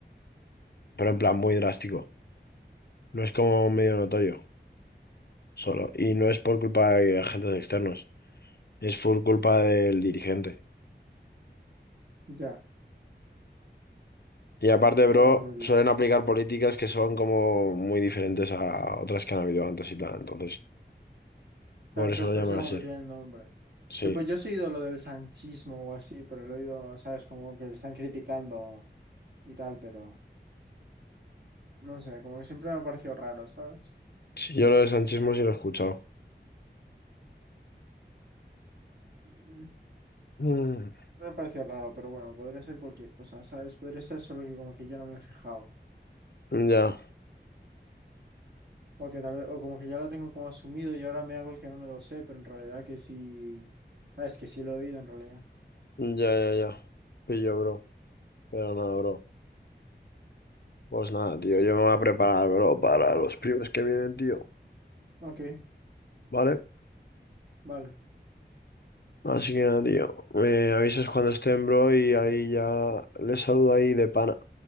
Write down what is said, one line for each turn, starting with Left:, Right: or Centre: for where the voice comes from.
Left: pero en plan muy drástico. No es como medio notorio, solo. Y no es por culpa de agentes externos, es full culpa del dirigente.
Right: Ya.
Left: Y aparte, bro,
Right: Bueno, del...
Left: suelen aplicar políticas que son como muy diferentes a otras que han habido antes y tal. Entonces,
Right: Claro,
Left: por
Right: entonces
Left: eso lo
Right: por
Left: llaman
Right: eso como
Left: así.
Right: que tiene el nombre.
Left: Sí.
Right: Sí, Pues yo sí he oído lo del sanchismo o así, pero lo he oído, ¿sabes? Como que le están criticando y tal, pero no sé, como que siempre me ha parecido raro, ¿sabes?
Left: Sí, yo lo del sanchismo sí lo he escuchado.
Right: Mm,
Left: Mm,
Right: Me ha parecido raro, pero bueno, podría ser cualquier cosa, ¿sabes? Podría ser solo que como que yo no me he fijado.
Left: ya,
Right: O que tal vez, o como que ya lo tengo como asumido y ahora me hago el que no me lo sé, pero en realidad que sí. Ah, es que sí lo he oído en realidad.
Left: ya, ya, ya. Pillo, bro. Pero nada, bro. Pues nada, tío, yo me voy a preparar, bro, para los primos que vienen, tío.
Right: Ok,
Left: ¿Vale?
Right: vale,
Left: Así que nada, tío. Me avisas cuando estén, bro, y ahí ya les saludo ahí de pana.